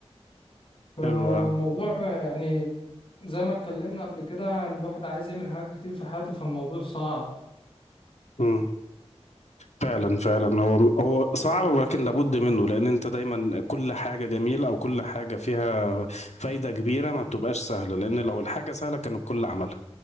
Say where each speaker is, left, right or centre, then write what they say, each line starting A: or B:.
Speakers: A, on the left; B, on the left.
A: فالموضوع
B: حلو
A: يعني زي ما اتكلمنا قبل كده الواحد عايز يعمل حاجات كتير في حياته فالموضوع صعب
B: اه فعلا فعلا هو هو صعب ولكن لابد منه لان انت دايما كل حاجه جميله او كل حاجه فيها فايده كبيره ما بتبقاش سهله لان لو الحاجه سهله كان الكل عملها